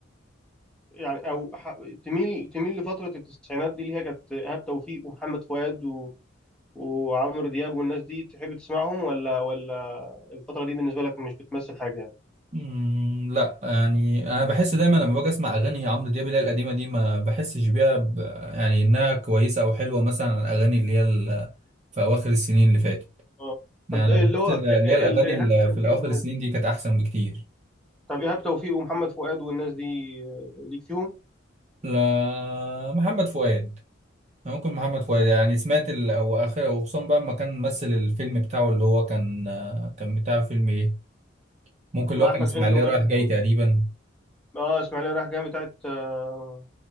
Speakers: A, in the centre; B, on the right.
A: يعني او ح- تميل تميل لفتره التسعينات دي اللي هي كانت ايهاب توفيق ومحمد فؤاد و... وعمرو دياب والناس دي تحب تسمعهم ولا ولا الفتره دي بالنسبه لك مش بتمثل حاجه يعني
B: مم، لا يعني أنا بحس دايما لما باجي أسمع أغاني عمرو دياب اللي هي القديمة دي ما بحسش بيها ب... يعني إنها كويسة أو حلوة مثلا عن الأغاني اللي هي ال... في أواخر السنين اللي فاتت
A: اه
B: يعني
A: طب
B: أنا
A: اللي
B: بحس
A: هو
B: ال- اللي
A: ال-
B: هي الأغاني
A: ال- ايهاب
B: اللي
A: توفيق
B: في أواخر
A: والناس
B: السنين
A: دي
B: دي كانت أحسن بكتير
A: طب ايهاب توفيق ومحمد فؤاد والناس دي آه، ليك فيهم
B: لا محمد فؤاد ممكن محمد فؤاد يعني سمعت ال... هو اخر وخصوصا بقى لما كان ممثل الفيلم بتاعه اللي هو كان آه، كان بتاع فيلم ايه ممكن
A: مع
B: اللي هو
A: احمد
B: كان اسماعيلية
A: حلمي وماجد
B: رايح
A: الدين
B: جاي تقريبا
A: اه اسماعيليه رايح جايه بتاعت آه،